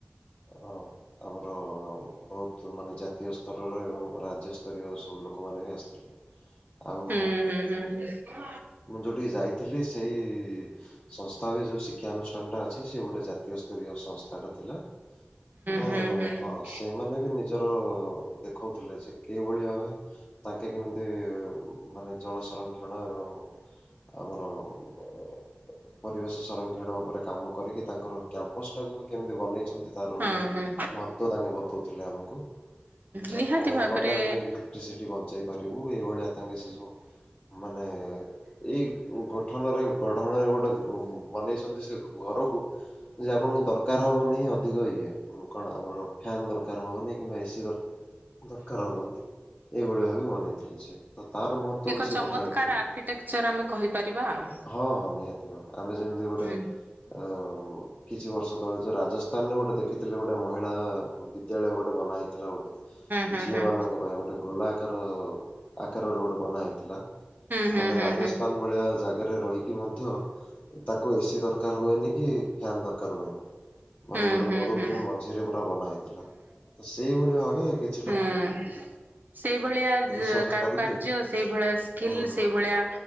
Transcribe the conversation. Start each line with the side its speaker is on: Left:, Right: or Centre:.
Left: ହ ଆମର ବହୁତ୍ ମାନେ ଜାତୀୟ ସ୍ତରର ଏବଂ ରାଜ୍ୟ ସ୍ତରିୟ ସବୁ ଲୋକମାନେ ବି ଆସିଥିଲେ। ଆଉ
Right: ହୁଁ ହୁଁ ହୁଁ ହୁଁ।
Left: ମୁଁ ଯେଉଁଠିକି ଯାଇଥିଲି ସେଇ ସଂସ୍ଥା ବି ଯୋଉ ଶିକ୍ଷାାନୁଷ୍ଠାନଟା ଅଛି ସେ ଗୋଟେ ଜାତୀୟ ସ୍ତରୀୟ ସଂସ୍ଥାଟା ଥିଲା। ତ
Right: ହୁଁ ହୁଁ
Left: ହଁ ସେପ୍ ସେମାନେ ବି ନିଜର ଦେଖୋଉଥିଲେ ସେ କିଭଳିଆ ହୁଏ ତାଙ୍କେ କେମିତି ମାନେ ଜଳ ସଂରକ୍ଷଣ ଏବଂମୁଁ ଆମର ବ ଅ ପରିବେଶ ସଂରକ୍ଷଣ ଉପରେ କାମ କରିକି ତାଙ୍କର କ୍ୟାମ୍ପସ ଟାକୁ ବି କେମିତି ବନେଇଛନ୍ତି ତାରବି
Right: ହଁ ହଁ
Left: ମହତ୍ୱ ତାଙ୍କେ ବତଉଥିଲେ ଆମକୁ ଯା
Right: ନିହାତି
Left: କଣ
Right: ଭାବରେ
Left: କଲେ ଆମେ ଇଲେକ୍ଟ୍ରିସିଟି ବଞ୍ଚେଇ ପାରିବୁ ଏଇଭଳିଆ ତାଙ୍କେ ଶିଏ ଯୋଉ ମାନେ ଏଇ ଗଠନରେ ଗଢାହୁଏ ଗୋଟେ ବନେଇଛନ୍ତି ସେ ଘରକୁ ଯେ ଆପଣଙ୍କୁ ଦରକାର ହବନିଁ ଅଧିକ ଇଏ କଣ ଆମର ଫ୍ୟାନ ଦରକାର ହବନିଁ କିମ୍ବା ଏସି ଦର ଦରକାର ହବନି ଏଇଭଳିଆ ବି ବନେଇଥିଲେ ସେଏ। ତାର ମହତ୍ବ
Right: ଏକ
Left: ବି ସିଏ
Right: ଚମତ୍କାର
Left: ବଖାଣୁଥିଲେ।
Right: ଆର୍କିଟେକ୍ଚର ଆମେ କହିପାରିବା ଆଉ।
Left: ହଁ ହଁ ନିହାତି। ଆମେ ଯେମିତି ଗୋଟେ
Right: ହୁଁ
Left: ଅ ଅ କିଛି ବର୍ଷ ତଳେ ଯୋଉ ରାଜସ୍ଥାନରେ ଗୋଟେ ଦେଖିଥିଲି ଗୋଟେ ମହିଳା ବିଦ୍ୟାଳୟ ଗୋଟେ ବନା ହେଇଥିଲା ଗୋଟେ।
Right: ହୁଁ
Left: ଝିଅ
Right: ହୁଁ
Left: ମାନଙ୍କ ପାଇଁ ଗୋଟେ ଗୋଲା ଆକାର ଆକାରର ଗୋଟେ ବନା ହେଇଥିଲା
Right: ହୁଁ
Left: ମାନେ
Right: ହୁଁ
Left: ରାଜସ୍ଥାନ
Right: ହୁଁ
Left: ଭଳିଆ ଜାଗାରେ ରହିକି ମଧ୍ୟ ତାକୁ ଏସି ଦରକାର ହୁଏନି। କ ଫ୍ୟାନ ଦରକାର ହୁଏନି ମାନେ
Right: ହୁଁ
Left: ଗୋଟେ
Right: ହୁଁ ହୁଁ ହୁଁ
Left: ମରୁଭୂମି
Right: ହୁଁ
Left: ମଝିରେ ପୁରା ବନା ହେଇଥିଲା। ତ ସେଇଭଳିଆ ଭାବେ କିଛି
Right: ହୁଁ ସେଇଭଳିଆ ଯୋତ
Left: ରିସର୍ଚ୍ଚ
Right: କାରୁକାର୍ଯ୍ୟ
Left: କରିକି
Right: ସେଇଭଳିଆ ସ୍କିଲ୍
Left: ହୁଁ ହୁଁ
Right: ସେଇ ଭଳିଆ
Left: ହୁଁ